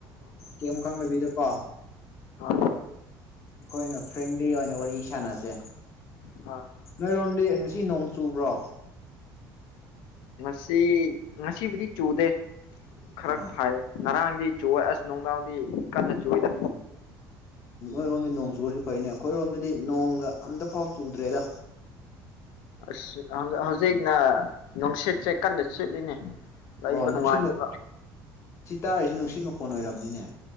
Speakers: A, on the left; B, on the left.
A: ꯀꯩꯦꯝ ꯈꯪꯗꯕꯤꯗꯀꯣ
B: ꯍ
A: ꯑꯩꯈꯣꯏꯅ ꯐ꯭ꯔꯦꯡꯂꯤ ꯑꯣꯏꯅ ꯋꯥꯔꯤ ꯁꯥꯟꯅꯁꯦ
B: ꯍꯣꯏ
A: ꯅꯣꯏꯔꯣꯝꯗꯤ ꯁꯤ ꯅꯣꯡ ꯆꯨꯕ꯭ꯔꯣ
B: ꯉꯁꯤ ꯉꯁꯤꯕꯨꯗꯤ ꯆꯨꯗꯦ ꯈꯔ
A: ꯑꯥ
B: ꯐꯥꯏꯌꯦ ꯉꯔꯥꯡꯗꯤ ꯆꯨ ꯑꯁ ꯅꯨꯡꯗꯥꯡꯗꯤ ꯀꯟꯅ ꯆꯨꯏꯗ
A: ꯑ ꯑ ꯅꯣꯡ ꯁ ꯐꯥꯏꯅꯦ ꯑꯩꯈꯣꯏꯔꯣꯝꯗꯗꯤ ꯅꯣꯡꯒ ꯑꯝꯇꯐꯥꯎ ꯆꯨꯗ꯭ꯔꯦꯗ
B: ꯑꯁ ꯍꯧꯖꯤꯛꯅ ꯅꯨꯡꯁꯤꯠꯁꯦ ꯀꯟꯅ ꯆꯦꯠꯂꯤꯅꯦ ꯂꯩꯕ
A: ꯑꯣ
B: ꯅꯨꯡꯉꯥꯏꯒꯕ꯭ꯔ
A: ꯅꯨꯡꯁꯤꯠ ꯁꯤ ꯇꯥꯔꯤꯁꯤ ꯅꯨꯡꯁꯤꯠ ꯃꯈꯣꯟ ꯑꯣꯏꯔꯝꯅꯤꯅꯦ